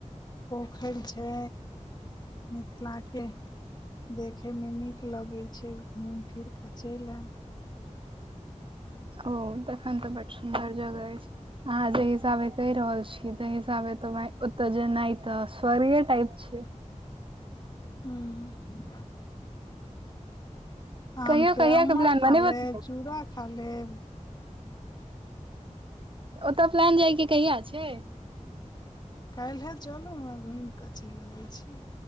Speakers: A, on the left; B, on the right.
A: पोखैर छै मिथिला केँ देखैमे नीक लगैत छै घुमि फिर कऽ चल ऐब्
B: ओ तखन तऽ बड सुन्दर जगह ऐछ अहाँ जे हिसाबे कहि रहल छी ते हिसाबे तऽ ओते जेनाइ तऽ स्वर्ग टाइप छै
A: <unintelligible> आम
B: कहियो
A: केँ
B: कहिया
A: अम्मट
B: के प्लान
A: खा
B: बनेबै
A: लेब चूड़ा खा लेब
B: ओतय प्लन जाय केँ कहिया छै
A: काइले चलू न घूम कऽ चल अबै छी